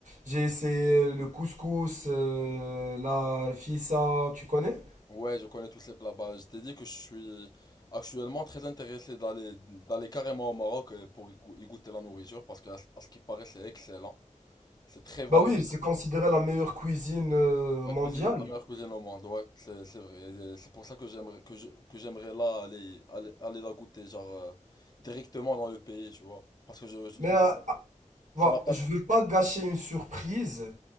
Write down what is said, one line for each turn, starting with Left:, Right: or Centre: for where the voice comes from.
Right: J'ai essayé le couscous, euh, la fissa, tu connais?
Left: Ouais, je connais tous ces plats. Bah, je t'ai dit que je suis actuellement très intéressé d'aller d'aller carrément au Maroc euh, pour y, go- y goûter la nourriture parce que à, ce à ce qui paraît, c'est excellent. C'est très varié
Right: Bah oui, c'est considéré la meilleure cuisine euh,
Left: La
Right: mondiale.
Left: cuisine, la meilleure cuisine au monde, ouais, c'est c'est vrai. Et euh, C'est pour ça que j'aimerais que je- que j'aimerais là aller, aller aller la goûter genre euh, directement dans le pays, tu vois. Parce que je, je
Right: Mais
Left: trouve
Right: euh,
Left: que ça
Right: ah,
Left: ça
Right: bah,
Left: n'a pas
Right: je
Left: de-
Right: veux pas gâcher une surprise.